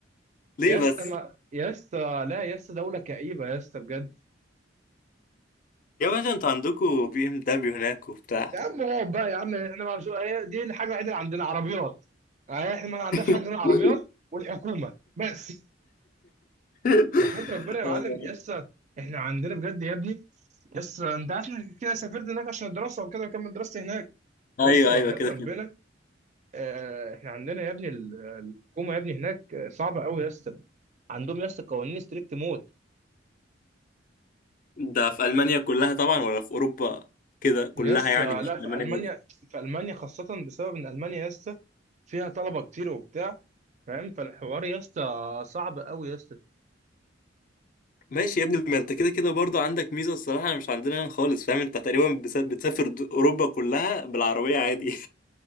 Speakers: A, on the left; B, on the right.
A: ليه
B: يا
A: بس
B: اسطى ما- يا اسطى لا يا اسطى دولة كئيبة يا اسطى بجد
A: يا باشا انتوا عندكوا بي ام دبليو هناك وبتاع
B: يا عم اقعد بقى يا عم احنا ما شو... هي دي الحاجه الوحيده اللي عندنا عربيات يعني احنا ما عندناش حاجه
A: <laughs>
B: غير العربيات والحكومه بس
A: <laughs>
B: وحياة ربنا يا معلم يسا احنا عندنا بجد يا ابني يسا انت عارف انك كده سافرت هناك عشان الدراسه وكده وكمل دراستي هناك لسه
A: ايوه ايوه
B: وحياة
A: كده
B: ربنا
A: كده
B: اه احنا عندنا يا ابني ال- الحكومه يا ابني هناك آه، صعبه قوي يسا عندهم يسا قوانين ستريكت موت
A: ده في المانيا كلها طبعا ولا في اوروبا كده كلها
B: يسا
A: يعني مش
B: لا
A: في
B: في
A: المانيا
B: المانيا
A: بس
B: في المانيا خاصه بسبب ان المانيا يسا فيها طلبه كتير وبتاع فاهم فالحوار يا اسطى صعب قوي يا اسطى
A: ماشي يا ابني ما انت كده كده برضه عندك ميزه الصراحه مش عندنا هنا خالص فاهم انت تقريبا بس- بتسافر د- اوروبا كلها بالعربيه عادي